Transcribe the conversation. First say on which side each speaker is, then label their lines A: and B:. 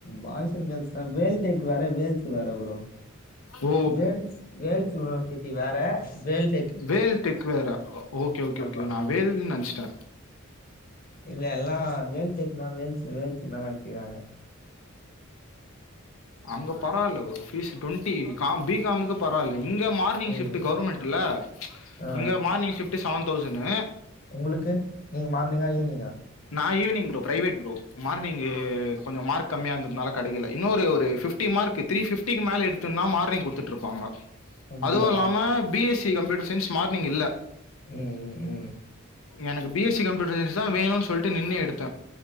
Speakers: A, on the left (about 45°); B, on the left (about 80°).
A: பாய்ஸ் அண்ட் கேர்ள்ஸ்தா வேல் டெக் வேற வேல்ஸ் வேற ப்ரோ
B: ஓ
A: வேல்ஸ் வேல்ஸ் யூனிவர்சிட்டி வேற வேல்ஸ்
B: வேல் டெக் வேற ஓகே ஓகே
A: ஆமா
B: ஓகே நா வேல்ன்னு நெனச்ட்ட
A: இல்ல எல்லா வேல் டெக்னா வேல்ஸ் வேல்ஸ்ன்தா நெனச்சுக்கிறாங்க
B: அங்க பரவால்ல ப்ரோ ஃபீஸ் டுவெண்டி க பிகாமுக்கு பரவால்ல இங்க மார்னிங்
A: ம்
B: ஷிப்ட் கவர்மெண்ட் இல்ல
A: ஆ, ஆ.
B: இங்க மார்னிங் ஷிப்ட்டு செவன் தௌசண்ட்ணு
A: உங்களுக்கு நீங்க மார்னிங்கா ஈவினிங்கா
B: நா ஈவினிங் ப்ரோ பிரைவேட் ப்ரோ மார்னிங்கு கொஞ்சோ மார்க் கம்மியா இருந்ததுனால கெடைக்கல இன்னொரு இது ஃபிப்டி மார்க் த்ரீ ஃபிப்டிக்கு மேல எடுத்துர்ந்தா மார்னி்ங் குடுத்துட்ருப்பாங்க
A: அப்படியா
B: அதுவு இல்லாம பிஎஸ்சி கம்ப்யூட்டர் சயின்ஸ் மார்னிங் இல்ல
A: ம் ம் ம்
B: எனக்கு பிஎஸ்சி கம்ப்யூட்டர் சயின்ஸ் தா வேணுன் சொல்ட்டு நின்னு எடுத்த